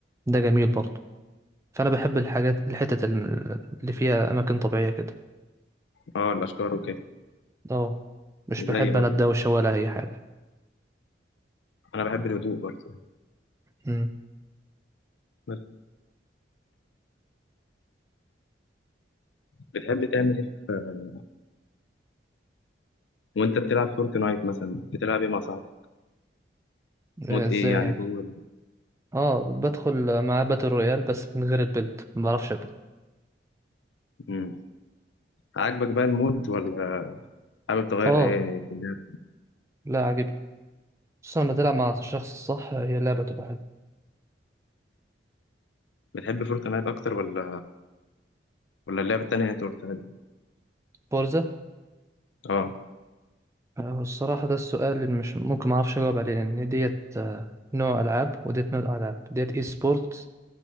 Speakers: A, on the right; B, on the left.
A: ده جميل برضه فانا بحب الحاجات الحتت الم- اللي فيها اماكن طبيعيه كده
B: اه الاشجار وكده
A: اه مش بحب
B: زي برضه
A: انا الدوشه ولا اي حاجه
B: انا بحب الهدوء برضه
A: امم
B: بس بتحب تعمل ايه في- وانت بتلعب فورتنايت مثلا بتلعب ايه مع صاحبك
A: آه،
B: مود
A: ازاي
B: ايه يعني
A: يعني
B: جوه ال-
A: اه بدخل مع باتل رويال بس من غير البيلد ما بعرفش ابني
B: مم. عاجبك بقى المود ولا حابب تغير
A: اه
B: ايه في اللعب
A: لا عاجبني خصوصا لما تلعب مع الشخص الصح هي اللعبة تبقى حلوة
B: بتحب فورتنايت اكتر ولا ولا اللعبه التانيه اللي انت قلتها دي؟
A: فورزا
B: اه
A: آه، الصراحة ده السؤال اللي مش ممكن ما اعرفش اجاوب عليه لان ديت آه، نوع العاب وديت نوع العاب ديت اي سبورتس